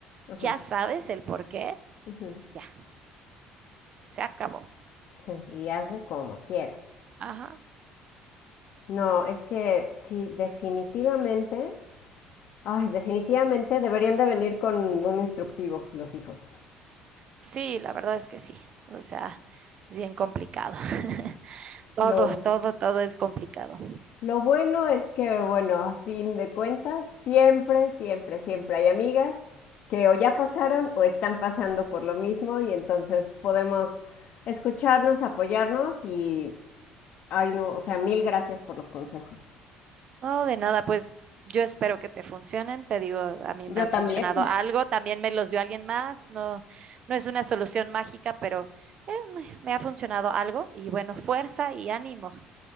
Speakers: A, on the left (about 55°); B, on the right (about 40°).
A: ajá,
B: ya sabes el por qué,
A: ujú.
B: ya, se acabó.
A: Sí, y hazle como quieras.
B: Ajá.
A: No, es que sí, definitivamente Ay, definitivamente deberían de venir con un instructivo los hijos.
B: Sí, la verdad es que sí. O sea, es bien complicado. <laughs> Todo,
A: Lo,
B: todo, todo es complicado.
A: lo bueno es que, bueno, a fin de cuentas, siempre, siempre, siempre hay amigas que o ya pasaron o están pasando por lo mismo y entonces podemos escucharnos, apoyarnos y, ay no, o sea, mil gracias por los consejos.
B: No, de nada, pues yo espero que te funcionen. Te digo, a mí
A: Yo
B: me han
A: también.
B: funcionado algo.
A: <laughs>
B: También me los dio alguien más. No, no es una solución mágica, pero eh, me me ha funcionado algo. Y bueno, fuerza y ánimo.